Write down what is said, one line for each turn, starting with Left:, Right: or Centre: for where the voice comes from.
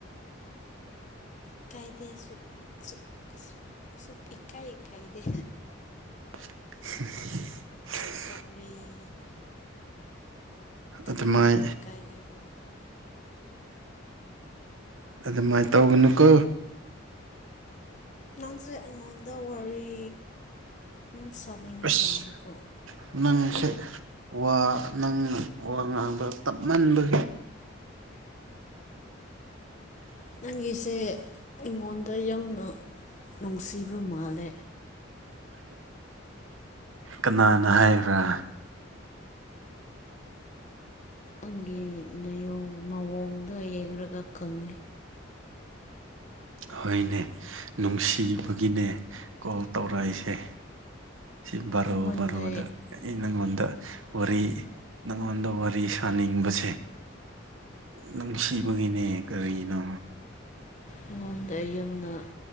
Left: ꯏꯀꯥꯏꯗꯦ ꯁꯨꯞ ꯁꯨꯞ ꯁꯨꯞ ꯏꯀꯥꯏ ꯏꯀꯥꯏꯗꯦ
Right: <inaudible>
Left: ꯀꯔꯤ ꯀꯅꯥꯕꯨ
Right: ꯑꯗꯨꯃꯥꯏ
Left: ꯏꯀꯥꯏꯒꯦꯔꯣ
Right: ꯑꯗꯨꯃꯥꯏꯅ ꯇꯧꯒꯅꯨꯀꯣ
Left: ꯅꯪꯁꯦ ꯑꯩꯉꯣꯟꯗ ꯋꯥꯔꯤ ꯌꯥꯝ ꯁꯥꯅꯤꯡꯕ
Right: ꯑꯁ
Left: ꯃꯥꯜꯂꯦꯀꯣ
Right: ꯅꯪꯁꯦ ꯋꯥ ꯅꯪꯅ ꯋꯥ ꯉꯥꯡꯕ ꯇꯞꯃꯟꯕꯒꯤ
Left: ꯅꯪꯒꯤꯁꯦ ꯑꯩꯉꯣꯟꯗ ꯌꯥꯝꯅ ꯅꯨꯡꯁꯤꯕ ꯃꯥꯜꯂꯦ
Right: ꯀꯅꯥꯅ ꯍꯥꯏꯕ꯭ꯔꯥ
Left: <unintelligible> ꯅꯌꯣꯡ ꯃꯑꯣꯡꯗꯣ ꯌꯦꯡꯔꯒ ꯈꯪꯉꯦ
Right: ꯍꯣꯏꯅꯦ ꯅꯨꯡꯁꯤꯕꯒꯤꯅꯦ ꯀꯣꯜ ꯇꯧꯔꯛꯏꯁꯦ ꯁꯤ ꯕꯥꯔꯣ
Left: ꯑꯩꯉꯣꯟꯗ
Right: ꯕꯥꯔꯣꯗ ꯑꯩ ꯅꯪꯉꯣꯟꯗ ꯋꯥꯔꯤ ꯅꯪꯉꯣꯟꯗ ꯋꯥꯔꯤ ꯁꯥꯅꯤꯡꯕꯁꯦ ꯅꯨꯡꯁꯤꯕꯒꯤꯅꯦ ꯀꯔꯤꯅꯣ
Left: ꯑꯩꯉꯣꯟꯗ ꯌꯥꯝꯅ